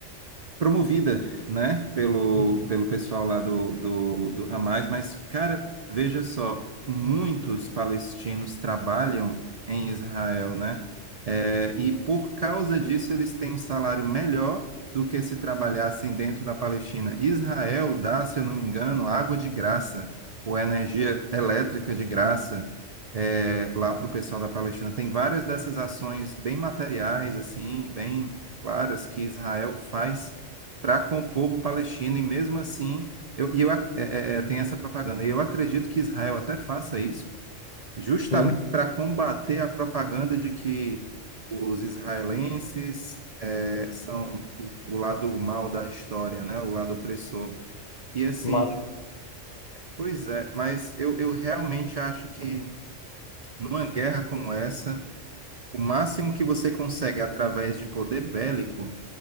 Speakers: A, on the right (about 50°); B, on the left (about 45°).
A: promovida, né, pelo,
B: Uhum.
A: pelo pessoal lá do, do, do Hamas, mas, cara, veja só, muitos palestinos trabalham em Israel, né, é, e por causa disso eles têm um salário melhor do que se trabalhassem dentro da Palestina. Israel dá, se eu não me engano, água de graça, ou energia elétrica de graça. é, lá para o pessoal da Palestina. Tem várias dessas ações bem materiais, assim, bem claras que Israel faz para com o povo palestino, e mesmo assim, eu, e eu, ac- é, é, é, tem essa propaganda. E eu acredito que Israel até faça isso, justamente
B: Sim,
A: para combater a propaganda de que os israelenses é, são o o lado mal da história, né? O lado opressor. E assim,
B: mas
A: pois é, mas eu, eu realmente acho que numa guerra como essa, o máximo que você consegue através de poder bélico.